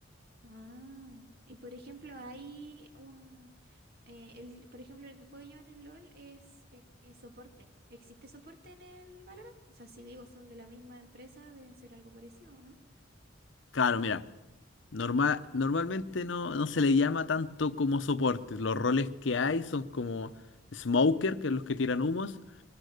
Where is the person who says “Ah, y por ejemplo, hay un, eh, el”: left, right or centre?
Right